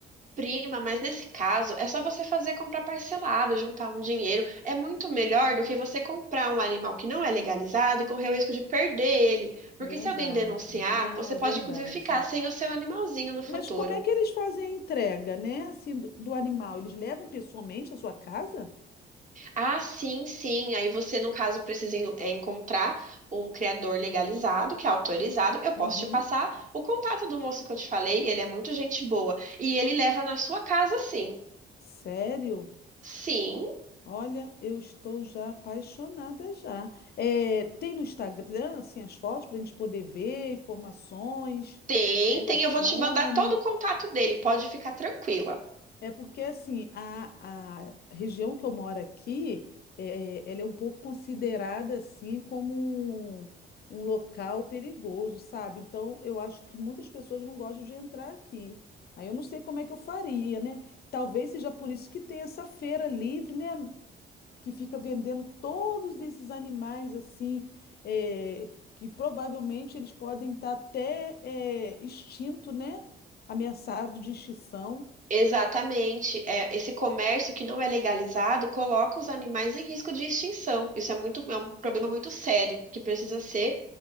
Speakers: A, on the right; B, on the left.
A: Prima, mas nesse caso é só você fazer comprar parcelado, juntar um dinheiro. É muito melhor do que você comprar um animal que não é legalizado e correr o risco de perder ele. Porque
B: Verdade.
A: se alguém denunciar,
B: Não,
A: você
B: é
A: pode
B: verdade.
A: inclusive ficar sem o seu animalzinho no futuro.
B: Mas como é que eles fazem a entrega, né? Assim, do, do animal? Eles levam pessoalmente à sua casa?
A: Ah, sim, sim. Aí você, no caso, precisa en- é, encontrar um criador legalizado, que é autorizado. Eu posso
B: Uhum.
A: te passar o contato do moço que eu te falei. Ele é muito gente boa. E ele leva na sua casa, sim.
B: Sério?
A: Sim.
B: Olha, eu estou já apaixonada já. É, tem no Instagram, assim, as fotos para a gente poder ver, informações,
A: Tem,
B: telefone.
A: tem, eu vou te mandar todo o contato dele, pode ficar tranquila.
B: É porque assim, a, a região que eu moro aqui, é, ela é um pouco considerada assim como um, um local perigoso, sabe? Então eu acho que muitas pessoas não gostam de entrar aqui. Aí eu não sei como é que eu faria, né? Talvez seja por isso que tem essa feira livre, né? Que fica vendendo todos esses animais assim, é, que provavelmente eles podem estar até é, extinto, né? Ameaçado de extinção.
A: Exatamente, é, esse comércio que não é legalizado coloca os animais em risco de extinção. Isso é muito, é um problema muito sério que precisa ser